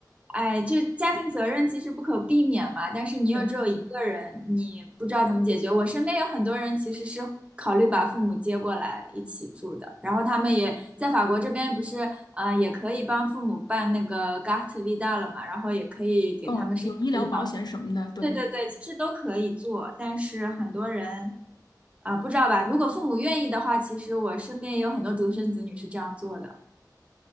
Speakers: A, on the right; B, on the left.
A: 哎，这家庭责任其实不可避免嘛，但是你又只有一个人，
B: 对，
A: 你不知道怎么解决。我身边有很多人其实是考虑把父母接过来一起住的，然后他们也在法国这边不是，呃，也可以帮父母办那个 Gart Vida 了嘛，然后也可以给他们申请医保。
B: 哦，有医疗保险什么的，对，
A: 对对对，其实都可以做，但是很多人啊，不知道吧？如果父母愿意的话，其实我身边也有很多独生子女是这样做的。